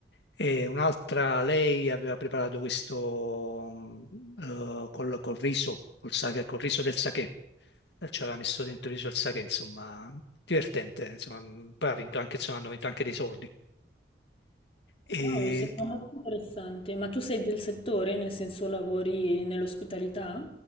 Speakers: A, on the left; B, on the left.
A: E un'altra, lei aveva preparato questo mh, eh, col, col riso, col, sake- col riso del sake. Eh, Ci aveva messo dentro il riso al sake, insomma, divertente. Insomma, mh, poi ha vinto anche, insomma, hanno vinto anche dei soldi. E
B: Wow, sembra molto interessante. Ma tu sei del settore, nel senso lavori nell'ospitalità?